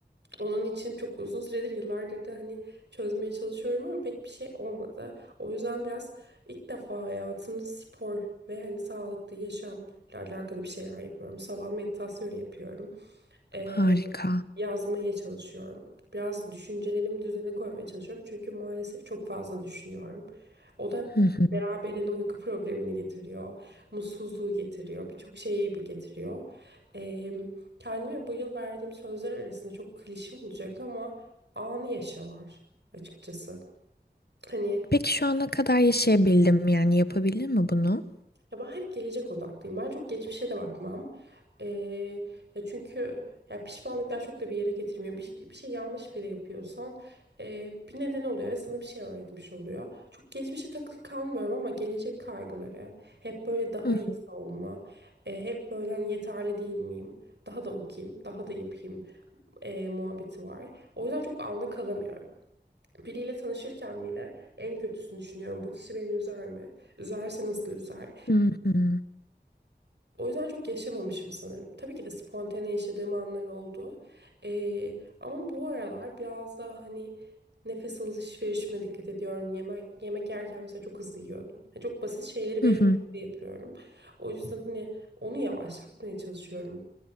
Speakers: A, on the right; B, on the left.
A: onun için çok uzun süredir yıllardır da hani çözmeye çalışıyorum ama pek bir şey olmadı. O yüzden biraz ilk defa hayatımda spor ve hani sağlıklı yaşamla alakalı bir şeyler yapıyorum. Sabah meditasyon yapıyorum. Ee,
B: Harika.
A: yazmaya çalışıyorum. Biraz düşüncelerimi düzene koymaya çalışıyorum. Çünkü maalesef çok fazla düşünüyorum. O da
B: Hı hı.
A: beraberinde uyku problemini getiriyor. Mutsuzluğu getiriyor. Birçok şeyi bir getiriyor. Ee, kendime bu yıl verdiğim sözler arasında çok klişe olacak ama anı yaşa var açıkçası. Hani
B: Peki şu ana kadar yaşayabildim mi? yani yapabildin mi bunu?
A: Ya ben hep gelecek odaklıyım. Ben çok geçmişe de bakmam. Ee, ya çünkü ya pişmanlıklar çok da bir yere getirmiyor. Bir, bir şey yanlış bile yapıyorsan e, bir neden oluyor ve sana bir şey öğretmiş oluyor. Çok geçmişe takılı kalmıyorum ama gelecek kaygıları, hep böyle daha
B: Hı
A: iyisi
B: hı.
A: olma, e, hep böyle hani yeterli değil miyim? Daha da okuyayım, daha da yapayım e, muhabbeti var. O yüzden çok anda kalamıyorum. Biriyle tanışırken bile en kötüsünü düşünüyorum. Bu kişi beni üzer mi? Üzerse nasıl üzer?
B: Hı hı.
A: O yüzden çok yaşamamışım sanırım. Tabii ki de spontane yaşadığım anlar oldu. Ee, ama bu aralar biraz daha hani nefes alışverişime dikkat ediyorum. Yemek, yemek yerken mesela çok hızlı yiyordum. Yani çok basit şeyleri bile
B: Hı hı.
A: çok hızlı yapıyorum. O yüzden hani onu yavaşlatmaya çalışıyorum.